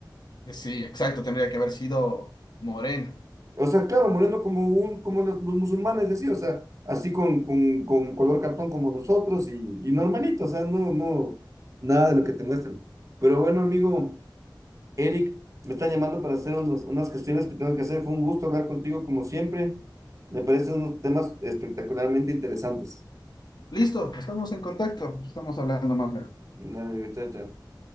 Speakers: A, on the left; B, on the right.
A: Sí, exacto, tendría que haber sido moreno.
B: O sea, claro, moreno como un, como los, los musulmanes decían, o sea, así con, con, con color cartón como nosotros y, y normalito, o sea, no, no, nada de lo que te muestran. Pero bueno, amigo Eric, me están llamando para hacer unas, unas gestiones que tengo que hacer. Fue un gusto hablar contigo como siempre. Me parecen unos temas espectacularmente interesantes.
A: Listo, estamos en contacto, estamos hablando más luego.
B: Dale, amigo, chao, chao.